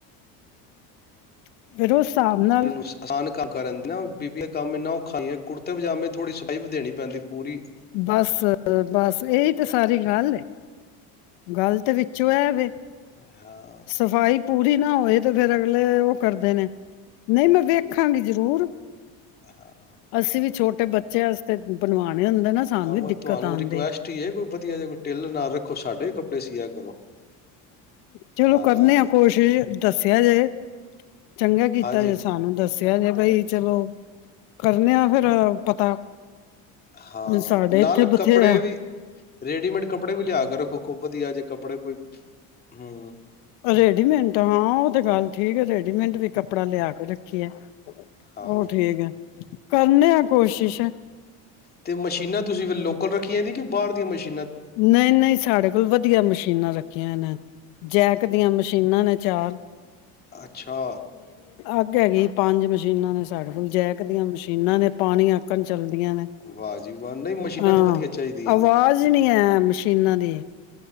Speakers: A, on the left (about 85°); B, on the left (about 25°).
A: <unintelligible> ਹਿਸਾਬ ਨਾਲ
B: ਏਨੂੰ ਆਸਾਨ ਕੰਮ ਕਰਦੀ ਨਾ ਬੀਬੀਆਂ ਕੰਮ ਇਨਾ ਔਖਾਆਂ ਕੁੜ- ਕੁੜਤੇ ਪਜਾਮੇ ਥੋੜ੍ਹੀ ਸਫਾਈ ਵੀ ਦੇਣੀ ਪੈਂਦੀ ਪੂਰੀ
A: ਬਸ ਬਸ ਇਹੀ ਤੇ ਸਾਰੀ ਗੱਲ ਏ, ਗੱਲਤ ਵਿੱਚ ਜੋ ਹੈਵੇ
B: ਹਾਂ
A: ਸਫ਼ਾਈ ਪੂਰੀ ਨਾ ਉਹ ਇਹ ਤੇ ਫੇਰ ਅਗਲੇ ਉਹ ਕਰਦੇ ਨੇ ਨਹੀਂ ਮੈਂ ਵੇਖਾਂਗੀ ਜ਼ਰੂਰ
B: ਹਾਂ
A: ਅਸੀਂ ਵੀ ਛੋਟੇ ਬੱਚਿਆਂ ਵਾਸਤੇ ਬਣਵਾਉਣੇ ਹੁੰਦੇ ਨਾ ਸਾਨੂੰ
B: ਆਹੋ
A: ਵੀ ਦਿੱਕਤ
B: ਤੁਹਾਨੂੰ
A: ਆਉਂਦੀ
B: ਰਿਕੁਐਸਟ ਹੀ ਹੈ ਕੋਈ ਵਧੀਆ ਜਿਹਾ ਕੋਈ ਟੇਲਰ ਨਾਲ ਰੱਖੋ ਸਾਡੇ ਵੀ ਕੱਪੜੇ ਸੀਆ ਕਰੋ
A: ਚਲੋ
B: ਹਾਂ
A: ਕਰਨੇ ਆ ਕੋਸ਼ਿਸ਼ ਦੱਸਿਆ ਜਾੇ ਚੰਗਾ ਕੀਤਾ
B: ਹਾਂਜੀ
A: ਜੇ ਸਾਨੂੰ ਦੱਸਿਆ ਜੇ ਬਈ ਚਲੋ ਕਰਨੇ ਆ ਫੇਰ ਪਤਾ
B: ਹਾਂ
A: ਸਾਡੇ
B: ਨਾਲ
A: ਇੱਥੇ ਬਥੇਰਾ
B: ਕੱਪੜੇ ਵੀ ਰੇਡੀਮੇਡ ਕੱਪੜੇ ਵੀ ਲਿਆ ਕੇ ਰੱਖੋ ਕੋ ਵਧੀਆ ਜੇ ਕੱਪੜੇ ਕੋਈ ਹੂ
A: ਰੇਡੀਮੈਂਟ ਹਾਂ ਤੇ ਗੱਲ ਠੀਕ ਹੈ ਤੇ ਮਟ ਵੀ ਕੱਪੜਾ ਲਿਆ ਕੇ ਕੀ ਹਾਲ ਐ
B: ਹਾਂ
A: ਔ ਠੀਕ ਐ ਕਰਨੇ ਆ ਕੋਸ਼ਿਸ਼
B: ਤੇ ਮਸ਼ੀਨਾਂ ਤੁਸੀਂ ਲੋਕਲ ਰੱਖੀਆਂ ਸੀ ਕਿ ਬਾਹਰ ਦੀਆਂ ਮਸ਼ੀਨਾ
A: ਨਹੀਂ ਨਹੀਂ ਸਾਡੇ ਕੋਲ ਵਧੀਆ ਮਸ਼ੀਨਾਂ ਰੱਖ ਕੇਹਾ ਨਾ ਜੈਕ ਦੀਆਂ ਮਸ਼ੀਨਾਂ ਨੇ ਚਾਰ
B: ਅੱਛਾ
A: ਅੱਕ ਹੈਗੀ ਪੰਜ ਮਸ਼ੀਨਾਂ ਨੇ ਸਾਡੇ ਕੋਲ ਜੈਕ ਦੀਆਂ ਮਸ਼ੀਨਾਂ ਨੇ ਪਾਣੀ ਆਕਣ ਚੱਲਦੀਆਂ ਨੇ
B: ਵਾਹਜੀ ਵਾਹ ਨਹੀਂ ਮਸ਼ੀਨਾਂ
A: ਹਾਂ
B: ਤੇ ਵਧੀਆ ਚਾਹੀਦੀਆਂ
A: ਆਵਾਜ਼
B: ਤੇ
A: ਹੀ ਨਹੀਂ ਮਸ਼ੀਨਾਂ ਦੀ